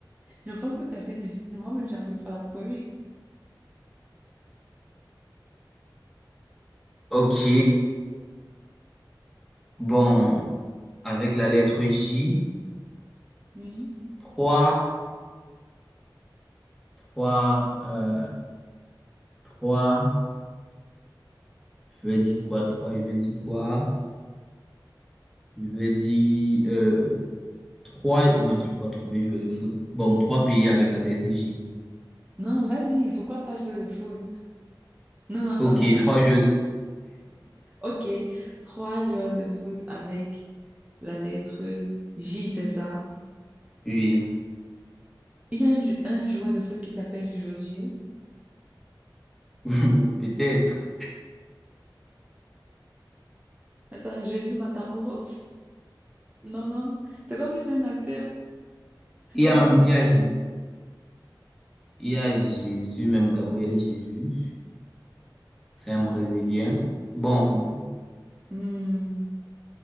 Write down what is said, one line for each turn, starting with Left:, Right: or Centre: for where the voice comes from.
Right: Je pense que c'est assez difficile. Moi-même, j'arrive pas à trouver.
Centre: Ok,
Right: Ok.
Centre: bon, avec la lettre J,
Right: Oui.
Centre: 3 3 euh, 3, je vais dire quoi, trois je vais dire quoi, je vais dire euh, 3, non, tu peux pas trouver joueur de foot. Bon, 3 pays avec la lettre J.
Right: Non, vas-y, pourquoi pas jouer de foot? Non, non,
Centre: Ok,
Right: non. Attends.
Centre: 3 joueurs,
Right: Ok, trois joueurs de foot avec la lettre J, c'est ça.
Centre: oui,
Right: Il y a un, jou- un joueur de foot qui s'appelle Josué.
Centre: <laughs> peut-être.
Right: Attends, Jésus Matamoro? Non, non. C'est comme si c'est un acteur
Centre: Il y a
Right: dans
Centre: même,
Right: le
Centre: il y a,
Right: film.
Centre: il y a Jésus, même Gabriel Jésus, c'est un Brésilien. Bon,
Right: Hmm.